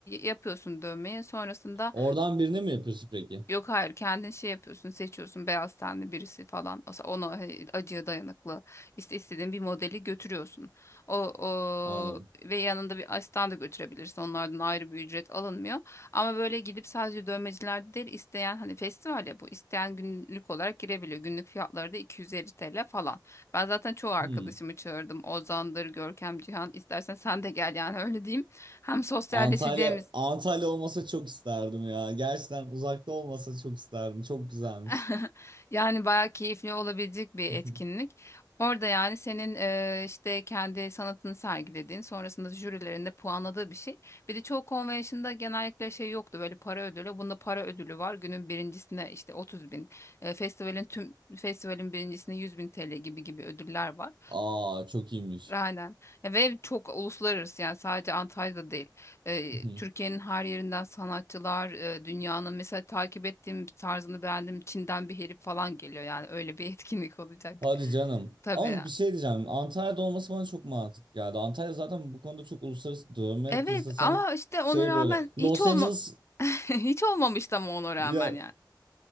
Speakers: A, on the left (about 35°); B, on the right (about 80°).
A: yapıyorsun dövmeyi. Sonrasında
B: Oradan birini mi yapıyorsun peki?
A: Yok hayır kendin şey yapıyorsun seçiyorsun beyaz tenli birisi falan As- ona he- acıya dayanıklı işte istediğin bir modeli götürüyorsun. O, o
B: Anladım.
A: ve yanında bir asistan da götürebilirsin onlardan ayrı bir ücret alınmıyor. Ama böyle gidip sadece dövmecilerde değil isteyen hani festival ya bu isteyen günlük olarak girebiliyor. Günlük fiyatları da 250 TL falan. Ben zaten çoğu arkadaşımı
B: Hmm.
A: çağırdım Ozan'dır Görkem Cihan istersen sen de gel yani öyle diyeyim. Hem sosyalleşeceğimiz
B: Antalya Antalya olmasa çok isterdim ya. Gerçekten uzakta olmasa çok isterdim. Çok güzelmiş.
A: <laughs> Yani bayağı keyifli olabilecek bir
B: <laughs>
A: etkinlik. Orada yani senin eee, işte kendi sanatını sergilediğin, sonrasında jürilerinde puanladığı bir şey. Bir de çoğu konvensiyonda genellikle şey yoktu böyle para ödülü. Bunda para ödülü var. Günün birincisine işte 30 bin, eee, festivalin tüm festivalin birincisine 100 bin TL gibi gibi ödüller var.
B: Aa çok iyiymiş.
A: Aynen. Ya Ve çok uluslararası yani sadece Antalya'da değil. Ee,
B: Hı.
A: Türkiye'nin her yerinden sanatçılar, e, dünyanın mesela takip ettiğim tarzını beğendiğim Çin'den bir herif falan geliyor yani öyle bir <laughs> etkinlik olacak.
B: Hadi canım.
A: Tabii.
B: Ama bir şey diyeceğim. Antalya'da olması bana çok mantıklı geldi. Antalya zaten bu konuda çok uluslararası dövme
A: Evet
B: piyasası
A: ama
B: hani
A: işte ona
B: şey
A: rağmen
B: böyle Los
A: hiç olma
B: Angeles
A: <laughs> hiç olmamıştı ama ona rağmen
B: ya
A: yani.